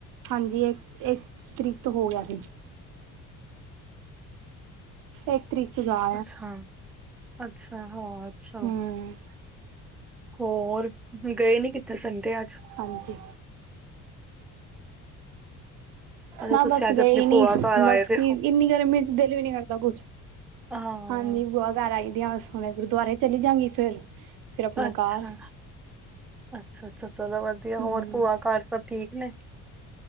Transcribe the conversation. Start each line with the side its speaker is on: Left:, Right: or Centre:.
Right: ਹਾਂਜੀ ਇੱਕ-ਇੱਕ ਤਰੀਕ ਤੋ ਹੋ ਗਿਆ ਸੀ। ਇੱਕ ਤਰੀਕ ਚ ਯਾਰ
Centre: ਅੱਛਾ-ਅੱਛਾ ਹੋਰ ਅੱਛਾ
Right: ਹੂੰ
Centre: ਹੋਰ, ਗਏ ਨੀ ਕਿੱਥੇ ਸੰਡੇ ਅੱਜ
Right: ਹਾਂਜੀ।
Centre: ਅੱਛਾ
Right: ਨਾ
Centre: ਤੁਸੀਂ
Right: ਬਸ
Centre: ਅੱਜ
Right: ਗਏ
Centre: ਆਪਣੀ ਭੂਆ
Right: ਨੀ,
Centre: ਘਰ ਆਏ
Right: ਬਸ
Centre: ਦੇ
Right: ਕੀ
Centre: ਹੋ
Right: ਇੰਨੀ ਗਰਮੀ ਚ ਦਿਲ ਵੀ ਨੀ ਕਰਦਾ ਕੁਛ
Centre: ਹਾਂ।
Right: ਹਾਂਜੀ ਬੂਆ ਘਰ ਆਈ ਡੀ, ਹੂਣੇ ਗੁਰਦੁਆਰੇ ਚਲੀ ਜਾਂਗੀ, ਫਿਰ ਫਿਰ ਆਪਣੇ
Centre: ਅੱਛਾ-ਅੱਛਾ-ਅੱਛਾ
Right: ਘਰ
Centre: ਚਲੋ ਵਧੀਆ, ਹੋਰ
Right: ਹੂੰ
Centre: ਭੂਆ ਘਰ ਸਭ ਠੀਕ ਨੇ